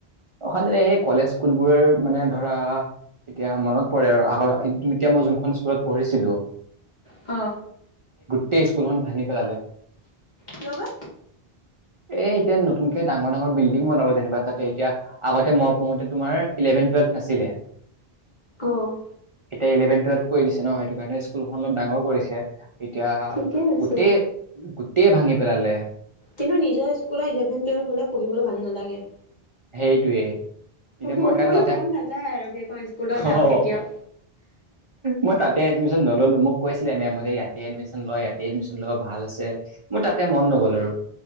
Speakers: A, on the right (about 35°); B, on the left (about 45°).
A: অশান্তি লাগে এ কলেজ স্কুলবোৰ মানে ধৰা এতিয়া মনত পৰে আৰু আগৰ এতিয়া মই যোনখন স্কুলত পঢ়িছিলো
B: অ
A: তেই স্কুলখন ভাঙি পেলালে
B: কিয় বা
A: এই এতিয়ানো নতুনকে ডাঙৰ ডাঙৰ বিল্ডিং বনাব যেনিবা তাতে এতিয়া আগতে মই পঢ়োতে তোমাৰ ইলেভেন টুৱেলভ নাছিলে
B: অ'
A: তে ইলেভেন টোৱেলভ কৰি দিছে ন সেইটো কাৰণে স্কুলখন অলপ ডাঙৰ কৰিছে এতিয়া
B: ঠিকে আছে
A: গোটেই গোটেই ভাঙি পেলালে
B: কিন্তু নিজৰ স্কুলৰ ইলেভেন টুৱেল্ভ হ'লে পঢ়িবলৈ ভাল নালাগে
A: সেইটোৱে, এতিয়া মই
B: পঢ়িবলৈ
A: কাৰণে তাতে
B: মন নাযায় আৰু সেইখন স্কুলত
A: অ
B: আৰু কেতিয়াও
A: মই তাতে ইাতে এডমিশ্যন নললো। মোক কৈছিলে মেমহতে ইয়াতে এডমিশ্যন লয়, ইয়াতে এডমিশ্যন ল ভাল আছে মোৰ তাতে মন নগ'ল আৰু